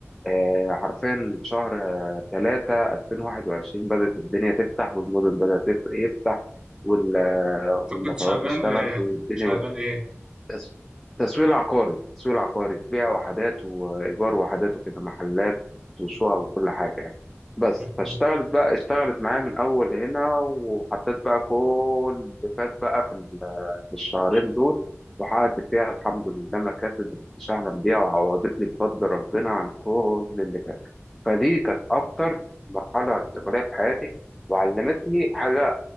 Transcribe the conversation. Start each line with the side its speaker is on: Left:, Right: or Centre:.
Centre: آه، حرفيا شهر آه، 3 2021 بدأت الدنيا تفتح والمدن بدأت تف- يفتح وال- آه،
Right: أنت
Centre: والمطارات
Right: كنت شغال
Centre: اشتغلت
Right: آه،
Centre: والدنيا
Right: شغال إيه؟
Centre: تس- تسويق عقاري تسويق عقاري بيع وحدات وإيجار وحدات وكده محلات وشقق وكل حاجة يعني بس
Right: اهم،
Centre: فاشتغلت بقى اشتغلت معايا من أول هنا وحطيت بقى كل اللي فات بقى في ال- في الشهرين دول وحققت فيها الحمد لله مكاسب ما كنتش أحلم بيها وعوضتني بفضل ربنا عن كل اللي فات فدي كانت أكتر مرحلة انتقالية في حياتي وعلمتني حاجة